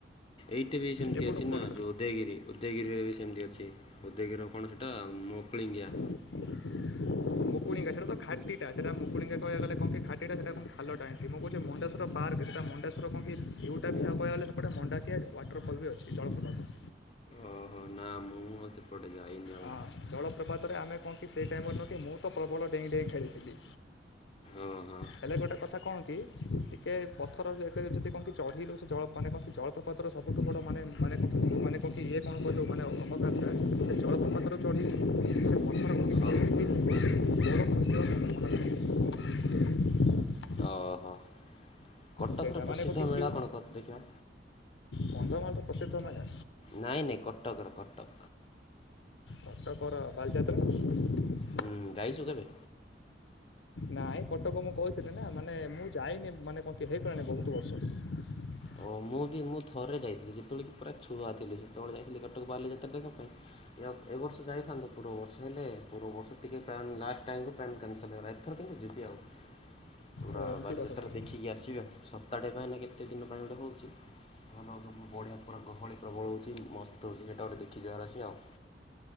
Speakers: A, on the left; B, on the left.
A: ଏଇଟିବି ସେମ୍
B: ଏପଟୁ
A: ଟି ଅଛି
B: ଖୋଲ
A: ନା ଯୋଉ ଉଦୟଗିରି ଉଦୟଗିରିରେ ବି ସେମିତି ଅଛି ଉଦୟଗିରିର କଣ ସେଇଟା ମକୁଳିଙ୍ଗିଆ।
B: ମୁକୁଣିିଙ୍ଗା ସେଟା ତ ଘାଟିଟା ସେଟା ମୁକୁଳିଙ୍କା କହିବାକୁ ଗଲେ କଣକି ଘାଟିଟା ସେଟା କଁ ଖାଲଟା ଏମତି ମୁଁ କହୁଛି ମଣ୍ଡେଶର ପାର୍କ ସେଟା ମଣ୍ଡେଶ୍ ର କଣକି ଭ୍ୟୁଟାକୁ ଆଉ କହିବାକୁ ଗଲେ ସେପଟେ ମଣ୍ଡାଖିଆ ୱାଟରଫଲ୍ ବି ଅଛି ଜଳପ୍ରପାତ।
A: ଓହୋ ନା ମୁଁ ସେପଟେ ଯାଇନି ଆଉ।
B: ହଁ ଜଳପ୍ରପାତରେ ଆମେ କଣକି ସେହି ଟାଇମ୍ ରେ ନୁହଁ କି ମୁଁ ତ ପ୍ରବଳ ଡେଇଁ ଡାଇଁ ଖେଳିଥିଲି।
A: ଓହୋ।
B: ହେଲେ ଗୋଟେ କଥା କଣକି ଟିକେ ପଥରରେ କେତେବେଳେ ଯଦି କଁ କି ଚଢିଲୁ ସେ ଜଳ ମାନେ କଁ କି ସେ ଜଳପ୍ରପାତର ସବୁଠୁ ବଡ଼ ମାନେ ମାନେ କଁ କି ମାନେ କଁ କି ଇଏ କଣ କହିଲୁ ମାନେ ଅ <unintelligible> ଚଢିଛୁ ସେସମ
A: ହଁ।
B: <unintelligible> <inaudible>
A: ଅ ହ କଟକର
B: ସେଇଟା
A: ପ୍ରସିଦ୍ଧ
B: ମାନେ କ'ଣ କି
A: ମେଳା
B: ସିଉ
A: କଣ କହ ତ ଦେଖିଆ?
B: କନ୍ଧମାଳର ପ୍ରସିଦ୍ଧ ମେଳା?
A: ନାଇଁ ନାଇଁ କଟକର କଟକ।
B: କଟକର ବାଲିଯାତ୍ରା।
A: ହୁଁ ଯାଇଛୁ କେବେ?
B: ନାଇଁ କଟକ ମୁଁ କହିଥିଲି ନା ମାନେ ମୁଁ ଯାଇନି ମାନେ କଣ କି ହେ ଗଲାଣି ବହୁତ ବର୍ଷ। <inaudible>
A: ଅ ମୁଁ ବି ମୁଁ ଥରେ ଯାଇଥିଲି ଯେତବେଳେ କି ପୁରା ଛୁଆ ଥିଲି ସେତବେଳେ ଯାଇଥିଲି କଟକ ବାଲିଯାତ୍ରା ଦେଖିବା ପାଇଁ। ଏ ଅ ଏବର୍ଷ ଯାଇଥାନ୍ତୁ ପୂର୍ବବର୍ଷ ହେଲେ ପୂର୍ବବର୍ଷ ଟିକେ ପ୍ଲାନ୍ ଲାଷ୍ଟ ଟାଇମ କୁ ପ୍ଲାନ୍ କ୍ୟାନସଲ ହେଇଗଲା। ଏଥର କିନ୍ତୁ ଯିବି ଆଉ ପୁରା
B: ଓ ଏମିତି
A: ବାଲିଯାତ୍ରା
B: କଥା ତାହେଲେ
A: ଦେଖିକି ଆସିବା ସପ୍ତାହଟେ ପାଇଁନା କେତେ ଦିନ ପାଇଁ ଗୋଟେ ହଉଚି। ଘନ ଘନ ବଢ଼ିଆ ପୁରା ଗହଳି ପ୍ରବଳ ହଉଛି ମସ୍ତ ହଉଚି ସେଇଟା ଗୋଟେ ଦେଖି ଯିବାର ଅଛି ଆଉ। <inaudible>